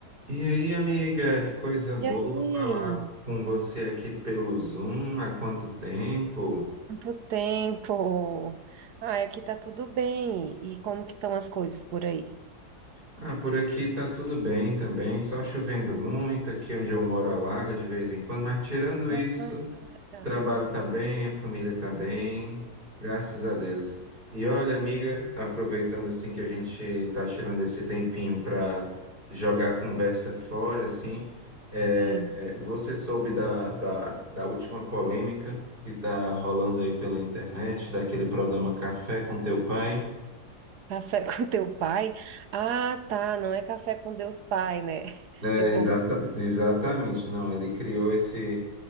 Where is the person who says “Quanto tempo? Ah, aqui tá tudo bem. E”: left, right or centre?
Right